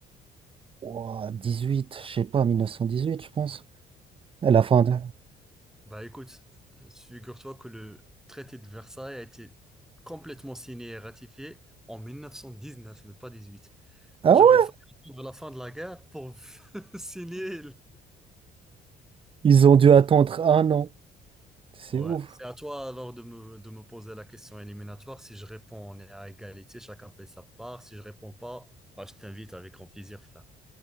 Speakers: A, on the right (about 30°); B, in the centre.
A: Ouah, huit je sais pas, 1918, je pense. À la fin de...
B: Bah écoute, figure-toi que le traité de Versailles a été complètement signé et ratifié en 1919, mais pas 18.
A: Ah
B: Genre,
A: ouais?
B: il fallait attendre la fin de la guerre pour <laughs> signer. le-
A: Ils ont dû attendre un an. C'est
B: Ouais,
A: ouf.
B: c'est à toi alors de me, de me poser la question éliminatoire. Si je réponds, on est à égalité, chacun paie sa part. Si je réponds pas, bah je t'invite avec grand plaisir, frère.